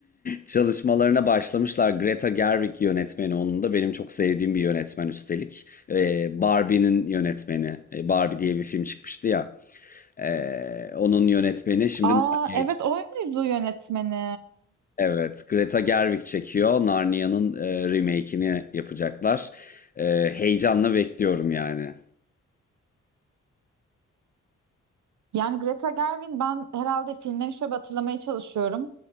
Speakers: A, on the left; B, on the right.
A: Çalışmalarına başlamışlar. Greta Gerwig yönetmeni onun da. Benim çok sevdiğim bir yönetmen üstelik. Ee, Barbie'nin yönetmeni. Ee, Barbie diye bir film çıkmıştı ya. Ee, onun yönetmeni şimdi
B: Aa
A: Narnia'yı-
B: evet o muydu yönetmeni?
A: evet Greta Gerwig çekiyor. Narnia'nın e, remake'ini yapacaklar. Ee, heyecanla bekliyorum yani.
B: Yani Greta Gerwig ben herhalde filmlerini şöyle bir hatırlamaya çalışıyorum.